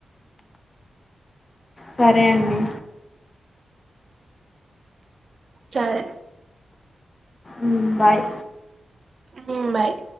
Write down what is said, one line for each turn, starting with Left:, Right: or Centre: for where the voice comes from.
Left: సరే అండి
Right: సరే
Left: ఊ బాయ్
Right: ఊ బాయ్